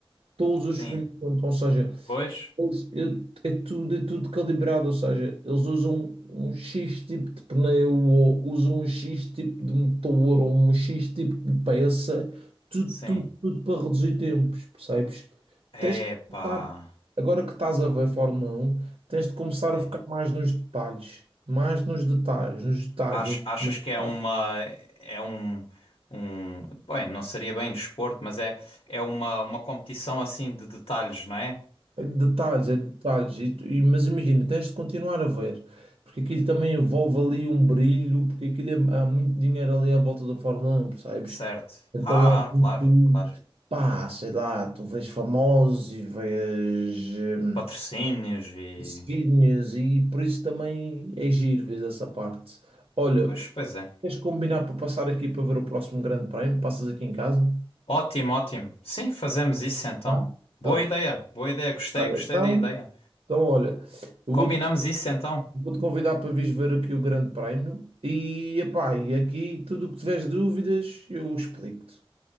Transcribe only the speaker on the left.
Sim,
pois,
sim.
É
pá.
Sim.
Ach- Achas
que é uma é um um bem, não seria bem desporto, mas é é uma uma competição assim de detalhes, não é?
Certo.
Ah,
ah,
claro, claro.
Patrocínios e
pois, pois é.
Ótimo, ótimo. Sim, fazemos isso então.
Boa
ideia, boa ideia. Gostei,
gostei
da ideia.
Combinamos
isso então.